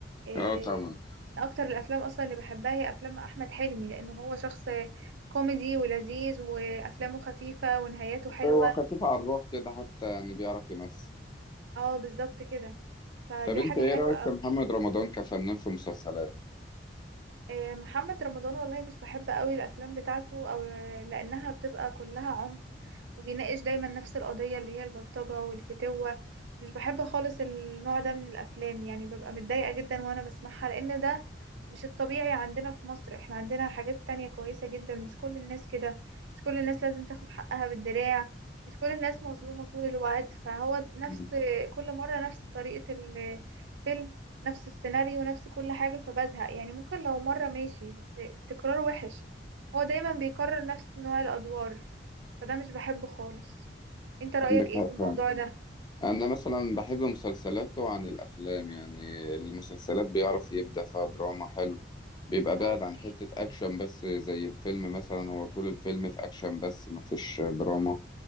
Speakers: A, on the right (about 70°); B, on the left (about 25°).
A: إيه
B: اه طبعا
A: من اكتر الافلام اصلا اللي بحبها هي افلام احمد حلمي لان هو شخص كوميدي ولذيذ وافلامه خفيفة ونهاياته حلوة
B: وخفيف على الروح كده حتى يعني بيعرف يمثل
A: اه بالظبط كده فدي
B: طب انت
A: حاجة
B: ايه
A: حلوة
B: رأيك
A: قوي
B: في محمد رمضان كفنان في مسلسلات
A: آه، محمد رمضان والله مش بحب قوي الافلام بتاعته او لانها بتبقى كلها عنف وبيناقش دايما نفس القضية اللي هي البلطجة والفتوة مش بحب خالص النوع ده من الافلام يعني ببقى متضايقة جدا وانا بسمعها لان ده مش الطبيعي عندنا في مصر احنا عندنا حاجات تانية كويسة جدا مش كل الناس كده مش كل الناس لازم تاخد حقها بالدراع مش كل الناس مظلومة طول الوقت فهو نفس
B: مم.
A: كل مرة نفس طريقة الفيلم نفس السيناريو نفس كل حاجة فبزهق يعني ممكن لو مرة ماشي بس التكرار وحش هو دايما بيكرر نفس نوع الأدوار فده مش بحبه خالص انت رأيك
B: عندك
A: ايه
B: حق
A: في الموضوع
B: فعلا
A: ده
B: انا مثلا بحب مسلسلاته عن الافلام يعني المسلسلات بيعرف يبدع فيها دراما حلو بيبقى
A: اه
B: بعد عن حتة اكشن بس زي الفيلم مثلا هو طول الفيلم في اكشن بس مفيش دراما